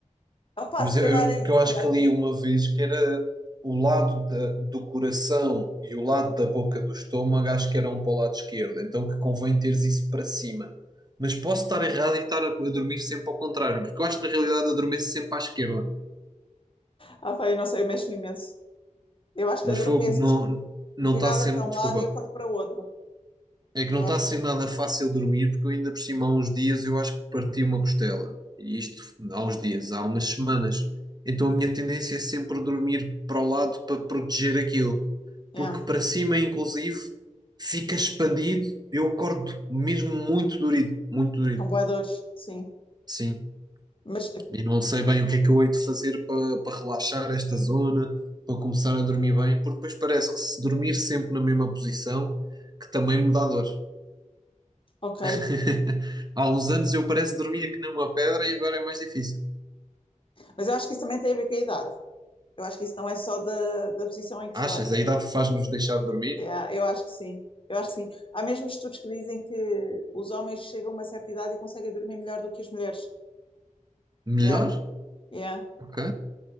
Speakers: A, on the left (about 40°); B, on the right (about 30°).
A: opá,
B: Mas
A: se
B: eu,
A: calhar
B: eu-
A: é,
B: porque
A: se
B: eu acho
A: calhar
B: que ali
A: é.
B: uma vez que era o lado da- do coração e o lado da boca do estômago, acho que eram para o lado esquerdo, então que convém teres isso para cima. Mas posso estar errado em estar a, a dormir sempre ao contrário, porque eu acho que na realidade adormeço sempre à esquerda.
A: Ah, pá, eu não sei, eu mexo-me imenso. Eu acho
B: Mas
A: que adormeço
B: fogo, não, não
A: virada
B: está sendo,
A: para um
B: desculpa,
A: lado e acordo para o outro.
B: É que não
A: Eu
B: está
A: acho
B: a ser
A: que,
B: nada fácil dormir, porque eu ainda por cima há uns dias eu acho que parti uma costela. E isto há uns dias, há umas semanas. Então a minha tendência é sempre dormir para o lado para proteger aquilo.
A: yeah,
B: Porque para cima, inclusive, fica expandido. Eu acordo mesmo muito dorido, muito dorido.
A: com voadores, sim.
B: Sim.
A: Mas,
B: E não sei bem o que é que eu hei de fazer para, para relaxar esta zona, para começar a dormir bem, porque depois parece que se dormir sempre na mesma posição, que também me dá dor.
A: ok.
B: <laughs> Há uns anos eu parece que dormia que nem uma pedra e agora é mais difícil.
A: Mas eu acho que isso também tem a ver com a idade. Eu acho que isso não é só da, da posição em que
B: Achas?
A: se dorme.
B: A idade faz-nos deixar de dormir?
A: É, eu acho que sim. Eu acho que sim. Há mesmo estudos que dizem que os homens chegam a uma certa idade e conseguem dormir melhor do que as mulheres.
B: Melhor?
A: Yeah, yeah.
B: Ok.